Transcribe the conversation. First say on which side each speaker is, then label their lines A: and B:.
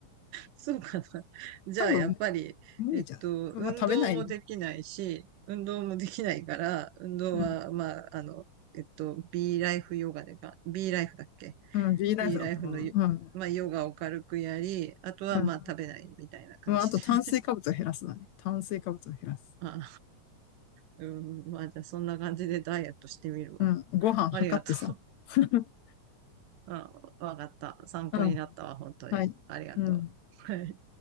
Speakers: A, on the right (about 80°); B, on the left (about 70°).
A: そうかな。<laughs> じゃあ、
B: 多分、
A: やっぱり、
B: 無理じゃない。
A: えっと、
B: まあ食べないね。
A: 運動もできないし、運動もできないから、運動は、
B: うん
A: まあ、あの、えっと、B ライフヨガでか、B ライフだっけ
B: うん、ビーライフだったかな。
A: ?B ライフのヨ、
B: うん。
A: まあ、ヨガを軽くやり、あとは、
B: うん。
A: まあ、食べないみたいな感じで。
B: うん、あと炭水化物を減らすだね。炭水化物を減らす。
A: <laughs> あ、うん、まあ、じゃあ、そんな感じでダイエットしてみるわ。
B: うん。ご飯測ってさ。
A: ありがとう。
B: <laughs>
A: <laughs> あ、わかった。参考になったわ、
B: うん。
A: 本当に。
B: はい。
A: ありがとう。
B: うん。
A: はい。